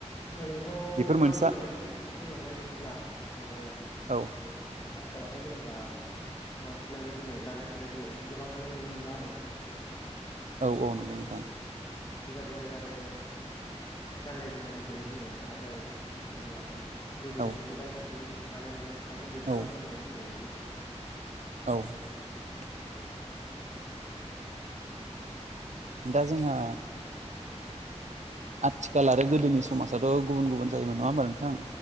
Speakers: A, on the left (about 30°); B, on the right (about 80°).
A: ओरैनोथ'
B: बेफोर
A: नोंथाङा
B: मोनसा
A: बुंलांनाय बुंलां नाय बायदिब्ला ओं
B: औ
A: आथिखालावथ' जेनेबा- बांसिनानो जोङो दानाय लुनायखौ गोबाङानो नुनो मोनला आरोना ।
B: औ औ नंगौ नोंथां ।
A: बेबायदिनो आरो गाननाय जोमनायफोरखौबो जोङो हाथायाव जेनेबा रेडिमेडखौ
B: औ
A: बायखासै दानाय लुनायफ्राथ' गैखाला
B: औ
A: होननाय होनजायोसै ।
B: औ । दा जोंहा आथिखाल आरो गोदोनि समाजाथ' गुबुन गुबुन जायोमोन नङा होमबा नोंथां?